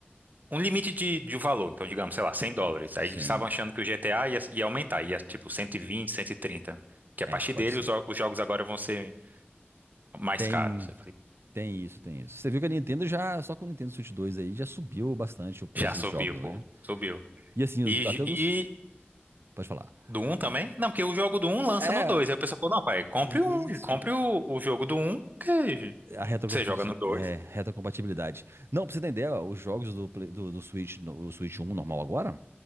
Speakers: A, on the right (about 45°); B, on the right (about 80°).
A: um limite de, de valor, então digamos, sei lá, 100 dólares.
B: Sim,
A: Aí eles estavam achando que o GTA ia, ia aumentar, ia tipo cento cento e vinte cento e trinta que
B: é,
A: a partir
B: pode
A: dele
B: ser.
A: os, jo- os jogos agora vão ser mais
B: Tem,
A: caros. Eu falei,
B: tem isso, tem isso. Você viu que a Nintendo já, só com o Nintendo Switch dois aí, já subiu bastante o preço
A: já subiu,
B: dos jogos,
A: pô,
B: né?
A: subiu.
B: E assim, os-
A: e
B: até dos. Pode falar.
A: Do um também? Não, porque o jogo do um lança
B: É.
A: no dois Aí o pessoal falou, não, pai, compre
B: Isso.
A: um, compre o, o jogo do um que
B: A retrocompatibilidade.
A: você joga no dois
B: É, retrocompatibilidade. Não, pra você entender, ó, os jogos do, Play- do, do Switch, no- o Switch um normal agora,